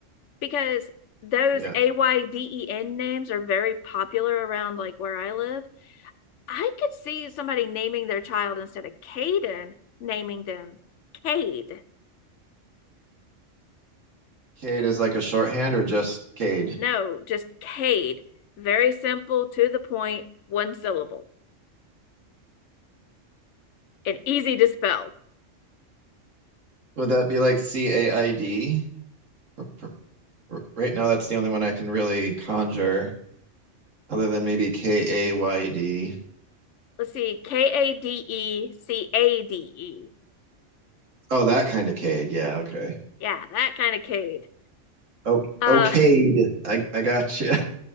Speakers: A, on the left (about 75°); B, on the right (about 80°).
A: because those
B: Yeah.
A: A Y D E N names are very popular around like where I live. I could see somebody naming their child instead of Caden, naming them Cade.
B: Cade is like a shorthand or just Cade?
A: No, just Cade. Very simple, to the point, one syllable, and easy to spell.
B: Would that be like C-A-I-D? For- r- Right now, that's the only one I can really conjure, other than maybe K-A-Y-D.
A: <laughs> Let's see, K A D E C A D E.
B: Oh, that kind of Cade. Yeah, okay.
A: Yeah, that kind of kid.
B: O-
A: Uh,
B: okayed. I I got you.